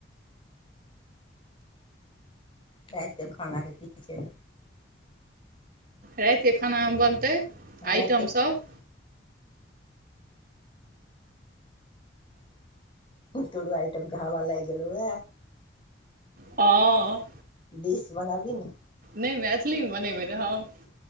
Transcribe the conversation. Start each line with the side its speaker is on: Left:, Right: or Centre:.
Left: राति के खानाके की छै
Right: रातिकेँ खानामे बनतै आइटमसभ
Left: रातिके तोरो आइटमके हवा लागि गेलउए
Right: हं
Left: डिश बनाबी ने
Right: नहि मैथिली बनेबै ने हम